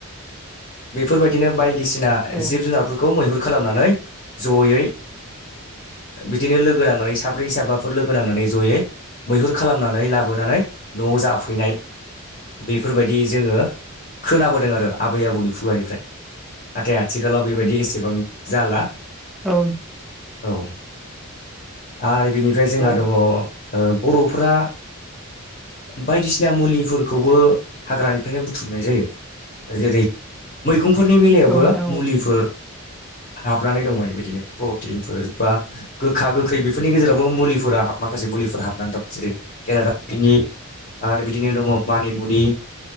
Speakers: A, on the left; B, in the centre.
A: बेफोरबायदिनो बायदिसिना
B: औ
A: जिब जुनारफोरखौ मैहुर खालामनानै जयै बिदिनो लोगो नांनानै साब्रै साबाफोर लोगो नांनानै जयै मैहुर खालामनानै लाबोनानै न'आव जाफैनाय बेफोरबायदि जोङो खोनाबोदों आरो आबै आबौनि खुगानिफ्राय नाथाय आथिखालाव बेबायदि एसेबां जाला
B: औ
A: औ आरो बेनिफ्राय जोंहा
B: औ
A: दङ बर'फोरा बायदिसिना मुलिफोरखौबो हाग्रानिफ्रायनो बुथुमनाय जायो जेरै मैगंफोरनि बेलायावबो
B: नोंथां
A: मुलिफोर हाबनानै दं माने बिदिनो प्रटिनफोर बा गोखा गोखै बेफोरनि गेजेरावबो मुलिफोरा माखासे मुलिफोर हाबनानै दं जेरै खेरादाफिनि आरो बिदिनो दङ मानिमुनि